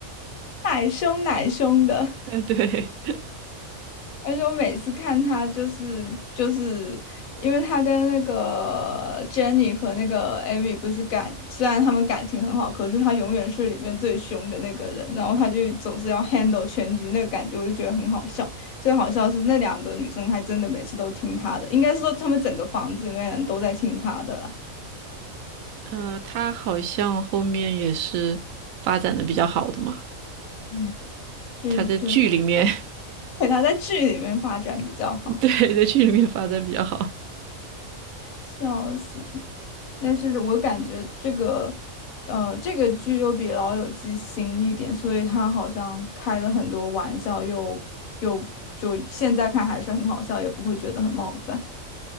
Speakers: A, on the left; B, on the right.
A: 奶凶奶凶的，
B: <laughs> 嗯，对。
A: 而且我每次看他就是就是因为他跟那个 Jenny 和那个 Amy 不是感，虽然他们感情很好，可是他永远是里面最凶的那个人，然后他就总是要 handle 全局，那个感觉我就觉得很好笑。最好笑是那两个女生还真的每次都听他的，应该是说他们整个房子里面人都在听他的啦。
B: 呃，他好像后面也是发展的比较好的嘛。
A: 嗯，对对，
B: 他在剧里面，
A: <laughs> 给他在剧里面发展比较好。
B: <laughs> 对，在剧里面发展比较好。
A: 笑死！但是我感觉这个，呃，这个剧又比《老友记》新一点，所以他好像开了很多玩笑又，又就现在看还是很好笑，也不会觉得很冒犯。